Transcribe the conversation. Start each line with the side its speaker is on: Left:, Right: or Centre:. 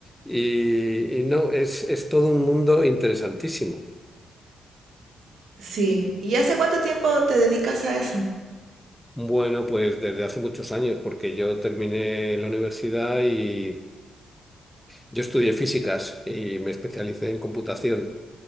Centre: Y, y no, es, es todo un mundo interesantísimo.
Right: Sí, ¿y hace cuánto tiempo te dedicas a eso?
Centre: Bueno, pues desde hace muchos años, porque yo terminé la universidad y yo estudié físicas y me especialicé en computación.